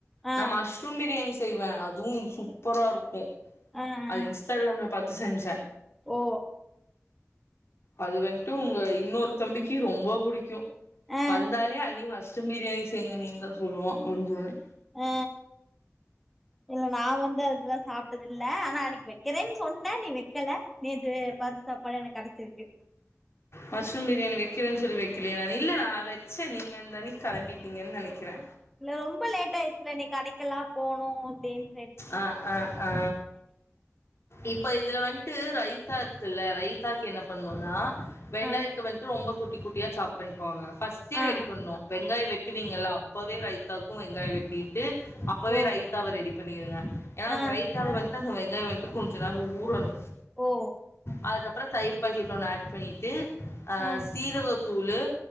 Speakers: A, in the centre; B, on the left (about 55°).
A: ஆ
B: நா மஷ்ரூம் பிரியாணி செய்வ் வ அதுவு சூப்பரா இருக்கும்
A: ஆ ஆ
B: அது
A: ஆ
B: இன்ஸ்டாகிராம்ல பத் செஞ்சே
A: ஓ
B: அது வந்ட்டு உங்க இன்னொரு தம்பி கீ ரொம்ப புடிக்கு
A: ஆ
B: வந்தானே அண்ணி மஸ் சுமிடியானி செய்ங்க நிந்தா சொல்லுவா வந்தோனே
A: ஆ இல்ல நா வந்து அதுல்லா சாப்ட்டதில்ல ஆனா அன்னிக்கு வெக்கிறே சொன்னே நீ வெக்கல நேத்து பத்து சாப்பாடு எனக்கு கெடச்சிருக்கு
B: மஷ்ரூம் பிரியாணி வைக்கிறே சொல்லி வைக்கிலியா நா இல்ல டா வச்சே நீங்க அந்தன்னிக் கிளம்பிட்டீங்கன்னு நெனைக்கிறே
A: இல்ல ரொம்ப லேட் ஆயிடுச்சுல நீ கடைக்கெலா போனு அப்டின்
B: அ அ அ இப்ப இதுல வந்ட்டு ரைத்தா இருக்குல்ல ரைத்தாக்கு என்ன பண்ணுவோனா வெங்காய்த
A: ஆ
B: வந்துட்டு ரொம்ப குட்டி குட்டியா சாப் பண்ணிக்கோங்க ஃபர்ஸடே
A: ஆ
B: ரெடிக்கணு வெங்காயோ வெட்டி வெட்டுவீங்கல்ல அப்பவே ரைதாக்கு வெங்காயோ வெட்டிட்டு அப்பவே
A: ஓ
B: ரைத்தாவ ரெடிப் பணிருங்க ஏன்னா அந்த
A: ஆ
B: ரைட்டால வட்ன அந்த வெங் வெங்காயவெட்டு கொஞ்ச நேரோ ஊறனு
A: ஓ
B: அதுக்கப்றோ தயிர் பாக்கெட் ஒன்னு ஆட் பண்ணிட்டு அ
A: ஆ
B: சீரக தூள் துளு